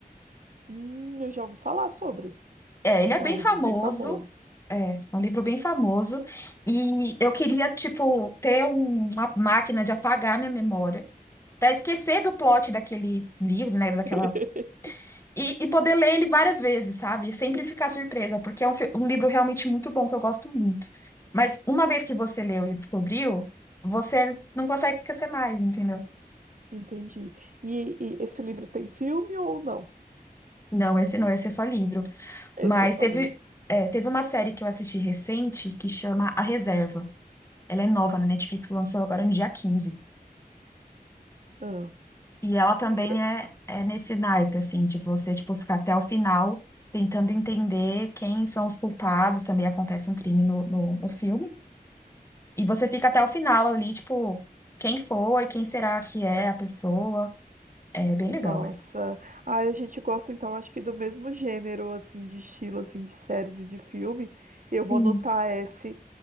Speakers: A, on the right; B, on the left.
A: Hum, eu já ouvi falar sobre.
B: É, ele é
A: É
B: bem
A: um livro
B: famoso,
A: bem famoso.
B: é, é um livro bem famoso, e eu queria, tipo, ter um- uma máquina de apagar minha memória, para esquecer do plot daquele livro, né, daquela
A: <laughs>
B: E, e poder ler ele várias vezes, sabe? Sempre ficar surpresa, porque é um, fi- um livro realmente muito bom, que eu gosto muito. Mas uma vez que você leu e descobriu, você não consegue esquecer mais, entendeu?
A: Entendi. E, e esse livro tem filme ou não?
B: Não, esse não, esse é só livro.
A: Esse
B: Mas
A: é só
B: teve,
A: livro.
B: é, teve uma série que eu assisti recente que chama A Reserva. Ela é nova na Netflix, lançou agora no dia quinze
A: Ah.
B: E ela também
A: E
B: é, é nesse naipe, assim, de você, tipo, ficar até o final tentando entender quem são os culpados. Também acontece um crime no, no no filme. E você fica até o final ali, tipo, quem foi, quem será que é a pessoa. É bem legal
A: Nossa,
B: esse.
A: ai, a gente gosta então, acho que do mesmo gênero, assim, de estilo, assim, de séries e de filme. Eu vou
B: Sim,
A: anotar esse,